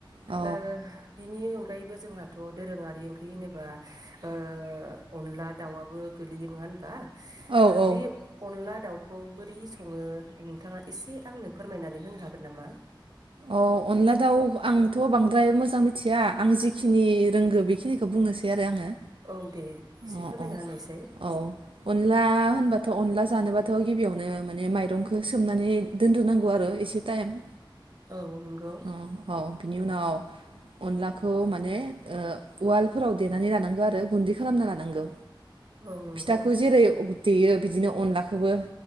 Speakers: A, on the right; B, on the right.
A: औ
B: ओ बिनि अनगायैबो जोंहाथ' दोरोङारि ओंख्रि होनोबा ओ अनला दाउआबो गोलैयो नङा होनबा
A: औ
B: ओ
A: औ
B: बे अनला दाउखौ बोरै सङो नोंथाङा एसे आंनो फोरमायनानै होनो हागोन नामा
A: अ अनला दाउ आंथ' बां द्राय मोजां मिथि गैया आं जिखिनि रोंगौ बेखिनि बुंनोसै आरो आङो
B: औ दे एसे
A: अ
B: फोरमायना
A: अ
B: होनायसाय
A: औ अनला होनबाथ' अनला जानोबाथ' गिबियावनो माने माइरंखौ सोमनानै दोनद्रोनांगौ आरो एसे टाइम
B: औ नंगौ
A: औ औ बिनि उनाव अनलाखौ माने ओ उवालफोराव देनानै लानांगौ आरो गुन्दै खालामना लानांगौ
B: औ नंगौ
A: फिथाखौ जेरै उगुद देयो बिदिनो अनलाखौबो